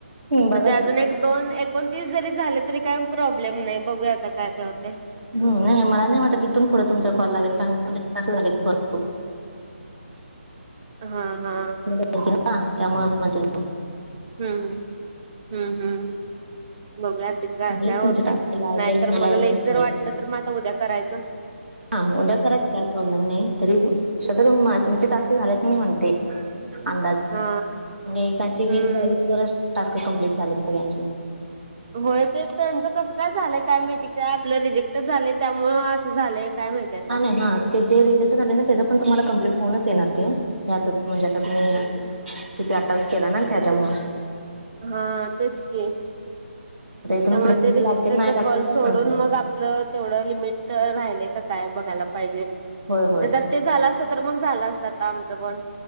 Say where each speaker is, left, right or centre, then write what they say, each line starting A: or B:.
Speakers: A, on the right; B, on the right.
A: हम्म बघा
B: म्हणजे अजून
A: की
B: एक दोन, एकोणतीस जरी झाले तरी काय प्रॉब्लेम नाही,, बघूया आता काय काय होतय?
A: हम,, नाही मला नाही वाटत, ईथून पुढे तुमचा कॉल लागेल कारण तुमचे टास्क झालेत भरपूर.
B: हा हा
A: त्यामुळे म्ह म ते
B: हम्म, हम्म, हम्म. बघुया आता ते काय
A: झालेत
B: काय होतेय?
A: तुमचे टास्क लागेल
B: नाहीतर
A: न
B: मग
A: लागेल
B: लयीच
A: काय सांगायचं
B: जर वाटलं, तर मग आता उद्या करायचं.
A: हा, उद्या करा की, काय प्रॉब्लेम नाही,, तरी शकतो म्मा तुमचे टास्क झाल्याचं मी म्हणते. अंदाज,,
B: हा
A: म्हणजे एकाचे वीस
B: हम्म.
A: बावीस वरच टास्क कंप्लीट झालेत सगळ्यांची.
B: होय, ते त्यांचं कसं काय झालंय काय माहिती? काय आपलं रिजेक्टच झालंय, त्यामुळ असं झालंय काय माहिती? आता
A: हले हाऽ ते जे रिझेल्ट झालेय ना,, त्याचं पण तुम्हाला कमप्लीट होनच येणार, ते,, म्हणजे आता तुम्ही कीती अठ्ठावीस केला ना, त्याच्यामुळ
B: हां, तेच की,
A: आता इथून
B: त्यामुळे
A: पुढे तुमचे
B: ते रिजेक्टरचा
A: लागतील नाही लागतील
B: कॉल
A: काय
B: सोडून
A: सांगता येत नाही.
B: मग आपल तेवढं लिमिट राहिलय का काय बघायला पाहिजे,
A: होय होय.
B: नाही तर, ते झाला. त्र मग झालं असत आता आमचं पण.